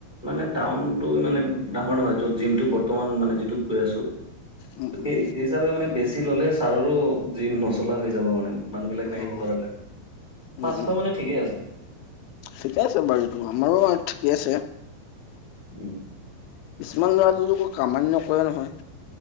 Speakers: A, in the centre; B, on the left.
A: মানে টাউনটো ইমান ডাঙৰ নহয় য'ত জিমটো বৰ্তমান মানে যি যিটোত গৈ আছোঁ
B: উম,
A: সেই
B: উম,
A: হেই হিচাবে মানে বেচি ললে ছাৰৰো জিম নচলা হৈ যাব মানে মানুহ বিলাক নাহিব
B: অ',
A: ল'ৰাবলাক
B: উম,
A: পাঁচশ
B: উম,
A: মানে ঠিকেই আছে
B: ঠিকে আছে বাৰীতো আমাৰো ঠিকে আছে
A: উম
B: কিছুমান ল'ৰাটো <unintelligible> কামানি নকৰে নহয়